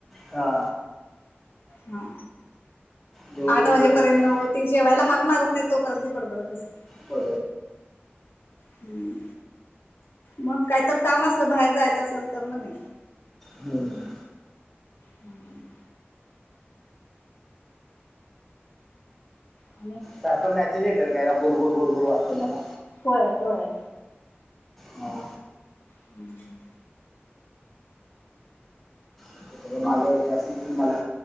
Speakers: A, in the centre; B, on the left (about 60°).
A: हा
B: ह
A: दिवसभर
B: आठ वाजेपर्यंत
A: वेळ नाही
B: ते जेवायला हा मारत नाही तोपर्यंत बडबडत बसत
A: हो
B: हम् मग काहीत काम असलं बाहेर जायचं असेल तर म नाही
A: हम्म
B: हम्म आणि
A: सारखं मेसेज येतर कायला गुरगुर गुरगुर वाटतं मला
B: होय होय
A: हा
B: हम्म
A: ते सगळं
B: मग
A: माझं हे असलं मला